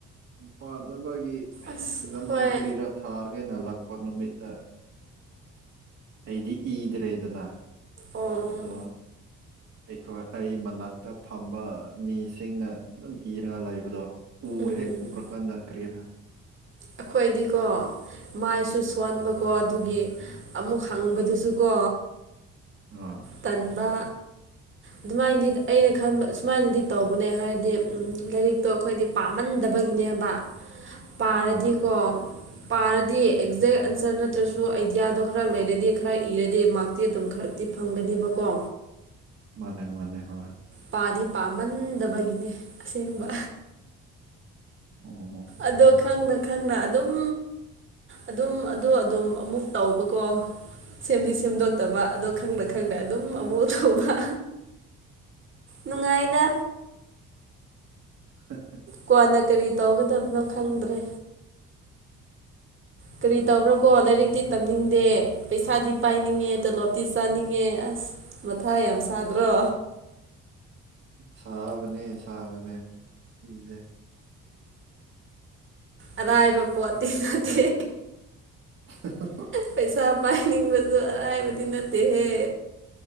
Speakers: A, on the right (about 60°); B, on the right (about 40°).
A: ꯄꯥꯗꯕꯒꯤ ꯑꯦꯛꯖꯥꯝ
B: ꯑꯁ ꯍꯣꯏ
A: ꯈꯔꯤꯔ ꯊꯥꯔꯒꯩꯅ ꯂꯥꯛꯄ ꯅꯨꯃꯤꯠꯇ ꯑꯩꯗꯤ ꯏꯗ꯭ꯔꯦꯗꯅ
B: ꯑꯣ
A: ꯑꯗꯣ ꯑꯩꯈꯣꯏ ꯑꯩ ꯃꯅꯥꯛꯇ ꯐꯝꯕ ꯃꯤꯁꯤꯡꯅ ꯑꯗꯨꯝ ꯏꯔꯒ ꯂꯩꯕꯗꯣ ꯑꯣ
B: ꯎꯝ
A: ꯍꯦꯛ ꯎ꯭ꯔꯀꯥꯟꯗ ꯀꯔꯤꯗ
B: ꯑꯩꯈꯣꯏꯗꯤꯀꯣ ꯃꯥꯏꯁꯨ ꯁꯣꯟꯕꯀꯣ ꯑꯗꯨꯒꯤ ꯑꯃꯨꯛ ꯍꯪꯕꯗꯨꯁꯨ ꯀꯣ
A: ꯑ
B: ꯇꯟꯕ ꯑꯗꯨꯃꯥꯏꯅꯗꯤ ꯑꯩꯅ ꯈꯟꯕ ꯁꯨꯃꯥꯏꯅꯗꯤ ꯇꯧꯕꯅꯦ ꯍꯥꯏꯔꯗꯤ ꯂꯥꯏꯔꯤꯛꯇꯣ ꯑꯩꯈꯣꯏꯗꯤ ꯄꯥꯝꯃꯟꯗꯕꯒꯤꯅꯦꯕ ꯄꯥꯔꯗꯤꯀꯣ
A: ꯑ
B: ꯄꯥꯔꯗꯤ ꯑꯦꯛꯖꯦꯛ ꯑꯟꯁꯔ ꯅꯠꯇ꯭ꯔꯁꯨ ꯑꯥꯏꯗꯤꯌꯥꯗꯣ ꯈꯔ ꯂꯩꯔꯗꯤ ꯈꯔ ꯏꯔꯗꯤ ꯃꯥꯔ ꯇꯤ ꯑꯗꯨꯝ ꯈꯔꯛꯇꯤ ꯐꯪꯒꯅꯦꯕꯀꯣ
A: ꯃꯥꯅꯦ ꯃꯥꯅꯦ ꯍꯣꯏ
B: ꯄꯥꯗꯤ ꯄꯥꯝꯃꯟꯗꯕꯒꯤꯅꯦ ꯑꯁꯦꯡꯕ
A: ꯑꯣ
B: ꯑꯗꯣ ꯈꯪꯅ ꯈꯪꯅ ꯑꯗꯨꯝ ꯑꯗꯨꯝ ꯑꯗꯣ ꯑꯗꯨꯝ ꯑꯃꯨꯛ ꯇꯧꯕꯀꯣ ꯁꯦꯝꯖꯤ ꯁꯦꯝꯗꯣꯛꯇꯕ ꯑꯣ ꯈꯪꯗ ꯈꯪꯗ ꯑꯗꯨꯝ ꯑꯃꯨꯛ ꯇꯧꯕ ꯅꯨꯡꯉꯥꯏꯅ
A: ꯍ
B: ꯀꯣꯟꯅ ꯀꯔꯤ ꯇꯧꯒꯗꯕꯅꯣ ꯈꯪꯗ꯭ꯔꯦ ꯀꯔꯤ ꯇꯧꯕ꯭ꯔꯣ ꯀꯣ ꯂꯥꯏꯔꯤꯛꯇꯤ ꯇꯝꯅꯤꯡꯗꯦ ꯄꯩꯁꯥꯗꯤ ꯄꯥꯏꯅꯤꯡꯉꯦ ꯇꯂꯣꯞꯇꯤ ꯆꯥꯅꯤꯡꯉꯦ ꯑꯁ ꯃꯊꯥ ꯌꯥꯝ ꯁꯥꯗ꯭ꯔꯣ
A: ꯁꯥꯕꯅꯦ ꯁꯥꯕꯅꯦ ꯁꯤꯁꯦ
B: ꯎꯝꯔꯥꯏꯕꯄꯨ ꯇꯤꯟ ꯃꯇꯇ
A: <unintelligible>
B: ꯄꯩꯁꯥ ꯄꯥꯏꯅꯤꯡꯕꯁꯨ ꯑꯔꯥꯏꯕꯗꯤ ꯅꯠꯇꯦꯍꯦ